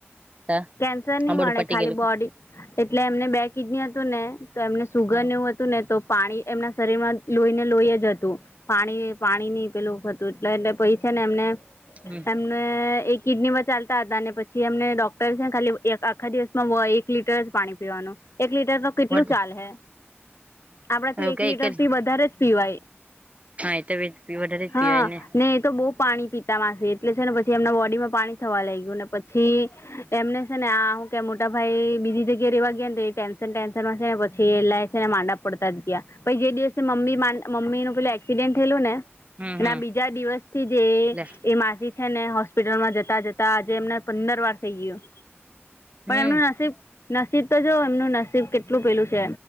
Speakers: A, on the right; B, on the left.
A: તા
B: કેન્સર ની
A: હા બધું
B: મળે
A: પટી
B: ખાલી
A: ગયેલું
B: બોડી. એટલે એમને બે કિડની હતું ને તો એમને સુગર
A: હા
B: એવું હ તુ ને તો પાણી એમના શરીરમાં લોહીને લોઈ જ હતું. પાણી ની પાણી નહી પેલું હતું એટલે એટલે પછી છે ને એમને
A: હમ
B: એમને એક. કિડનીમાં ચાલતા હતા અને પછી એમને ડોક્ટર છે ને ખાલી એક આખા દિવસમાં વ એક. એક લીટર જ પાણી પીવાનું એક લીટર તો કેટલું
A: એવું
B: ચાલ હૈ. આપણાથી એક
A: કઈ
B: લીટર
A: જ
B: થી વધારે જ પીવાય.
A: હા એ તો પી વધારે જ પીવાય
B: હા
A: ને.
B: એ તો બહુ પાણી પીતા માસી એટલે છે ને પછી એમના બોડી માં પાણી થવા લાગ્યું ને પછી. એમને છે ને આ હું કે મોટા ભાઈ બીજી જગ્યાએ રેવા ગયા ને ટેન્શન ટેન્શ ન માં પછી એલા છે ને માંદા જ પડતા ગ્યા. પછી જે દિવસે મમ્મી મા મમ્મી પેલું એક્સિડેન્ટ થેલું ને.
A: હમ
B: એના
A: હમ
B: બીજા દિવસથી જે.
A: લે
B: એ માસી છે ને હોસ્પિટલમાં જતા જતા આજે એમને પંદર વાર થઇ ગયું.
A: હમ
B: પણ એમનું નસીબ નસીબ તો જો એમનું નસીબ કેટલું પેલું છે.